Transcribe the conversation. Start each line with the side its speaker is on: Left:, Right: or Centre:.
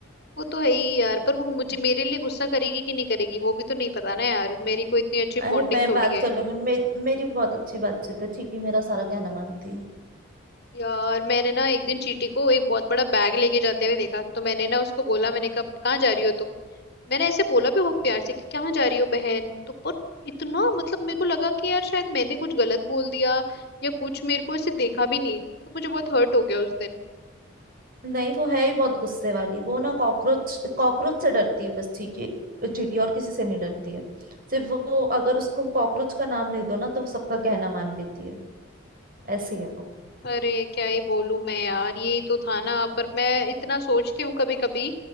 Left: वो तो है ही यार पर वो मुझे मेरे लिए गुस्सा करेगी कि नहीं करेगी वो भी तो नहीं पता ना यार मेरी कोई इतनी अच्छी
Right: अरे
Left: बॉन्डिंग
Right: मैं
Left: थोड़ी
Right: बात
Left: है
Right: कर लूंगी मेरी मेरी बहुत अच्छी बातचीत है चीटी मेरा सारा कहना मानती है
Left: यार मैंने ना एक दिन चीटी को एक बहुत बड़ा बैग लेके जाते हुए देखा तो मैंने ना उसको बोला मैंने कहा कहाँ जा रही हो तुम मैंने ऐसे बोला भी बहुत प्यार से कि कहाँ जा रही हो बहन तो पर इतना मतलब मेरे को लगा कि यार शायद मैंने कुछ गलत बोल दिया या कुछ मेरे को ऐसे देखा भी नहीं तो मुझे बहुत हर्ट हो गया उस दिन
Right: नहीं वो है ही बहुत गुस्से वाली वो ना कॉकरोच कॉकरोच से डरती है बस ठीक है चीटी और किसी से नहीं डरती है सिर्फ वो अगर उसको कॉकरोच का नाम ले दो ना तो वो सबका कहना मान लेती है ऐसी है वो
Left: अरे क्या ही बोलूं मैं यार यही तो था ना पर मैं इतना सोचती हूँ कभी कभी